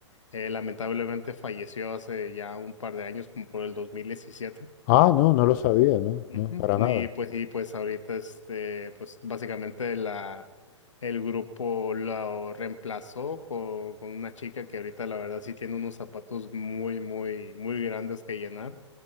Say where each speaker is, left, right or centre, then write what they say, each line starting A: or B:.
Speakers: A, on the left (about 80°); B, on the left (about 35°).
A: eh, lamentablemente falleció hace ya un par de años, como por el 2017.
B: Ah, no, no lo sabía, no,
A: Ujú.
B: no, para
A: Y
B: nada.
A: pues, y pues ahorita este, pues básicamente la, el grupo lo reemplazó con, con una chica que ahorita la verdad sí tiene unos zapatos muy, muy, muy grandes que llenar,